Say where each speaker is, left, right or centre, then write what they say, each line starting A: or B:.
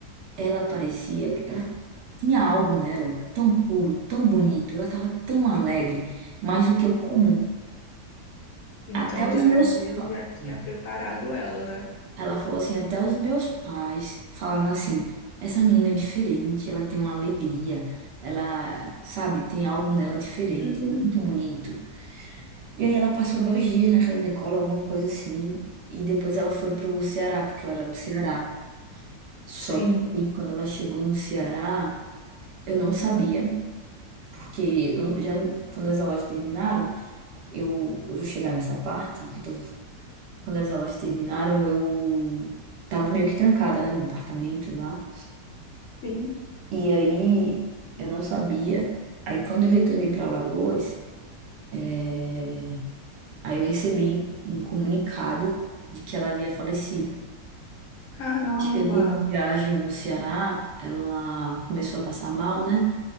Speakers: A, on the right; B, on the left.
A: ela parecia. Ela tinha algo nela tão puro, tão bonito. Ela tava tão alegre, mais do que o comum.
B: Então
A: Até
B: já
A: os meus
B: era Deus,
A: pais.
B: já tinha
A: né?"
B: preparado ela, né?
A: Ela falou assim, até os meus pais falaram assim, essa menina é diferente, ela tem uma alegria, ela, sabe, tem algo nela diferente,
B: Uhum,
A: muito bonito. E aí ela passou dois dias na casa da Nicole, alguma coisa assim, e depois ela foi pro Ceará, porque ela era do Ceará. Só
B: sim,
A: que aí, quando ela chegou no Ceará, eu não sabia, porque eu já quando as aulas terminaram, eu, eu vou chegar nessa parte, que eu tô, quando as aulas terminaram, eu tava meio que trancada, né, no apartamento lá.
B: sim,
A: E aí eu não sabia. Aí quando eu retornei para Alagoas, eh, aí eu recebi um comunicado de que ela havia falecido.
B: caramba,
A: Chegou de viagem no Ceará, ela começou a passar mal, né?